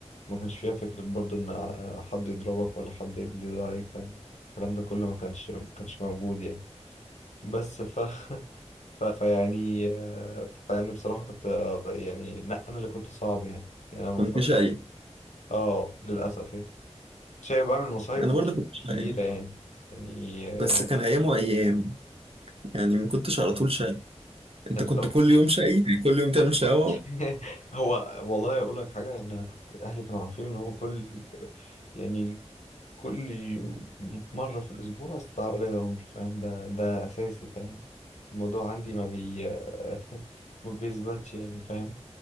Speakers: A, on the left; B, on the right.
A: ما كانش فيها فكرة برضو إن آه، حد يضربك ولا حد يجدر عليك فاهم الكلام ده كله ما كانش ما كانش موجود يعني بس ف <laughs> ف فيعني آه، فيعني بصراحة كنت آه، يعني لا أنا اللي كنت صعب يعني يعني أنا
B: كنت
A: مف... اه
B: شقي
A: آه، للأسف يعني شاي بعمل مصايب
B: انا برضه
A: ك-
B: كنت شقي
A: كبيرة يعني يعني آه،
B: بس كان ايام وايام يعني ما كنتش على طول شقي انت
A: كان
B: كنت
A: لو
B: كل يوم شقي يعني كل يوم تعمل شقاوه
A: <laughs> هو والله أقول لك حاجة يعني أنا كنت أهلي كانوا عارفين إن هو كل يعني كل مرة في الأسبوع استدعاء ولي أمر فاهم ده ده أساسي فاهم الموضوع عندي ما بي <laughs> ما بيثبتش يعني فاهم